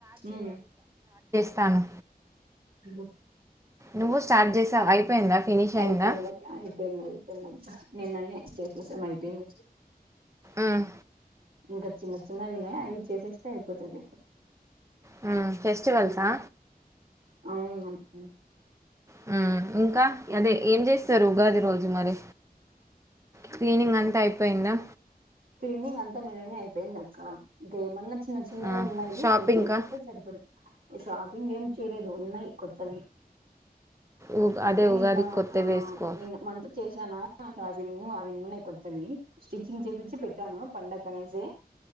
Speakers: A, on the right; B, on the right.
A: మ్మ్
B: వస్తాను.
A: ఏమో.
B: నువ్వు స్టార్ట్ చేసావ అయిపోయిందా ఫినిష్
A: అయిపోయింది
B: అయిందా.
A: అయిపోయింది అయిపోయింది అంటా నిన్ననే చేసేశాం అయిపోయింది.
B: ఉమ్.
A: ఇంకా చిన్న చిన్న ఉన్నాయి అవి చేసేస్తే అయిపోతుంది.
B: హ్మ్. ఫెస్టివల్స్ హా.
A: అవును అంతే.
B: హ్మ్ ఇంకా అదే ఏం చేస్తారు ఉగాది రోజు మరి! క్లీనింగ్ అంతా అయిపోయి. అయిపోయిందా?
A: క్లీనింగ్ అంతా నిన్ననే అయిపోయింది అక్క. ఇంకా ఏమన్నా. చిన్న చిన్నవి
B: ఆ,
A: ఉన్నాయే,
B: షాపింగ్కా
A: అవి చేసేస్తే సరిపోతుంది. షాపింగ్ ఏం చేయలేదు, ఉన్నాయి కొత్త. తమిళ.
B: ఉ-
A: అంటే
B: అదే ఉగాది
A: నిన్న
B: కొత్త
A: ఆ
B: వేసుకో
A: నిన్న మంత్ చేస్. చానా షాపింగ్ అవి ఉన్నాయి, కొత్తవి స్టిచింగ్స్. ఇచ్చి పెట్టానా పండగకి. అక్కడినుంచి.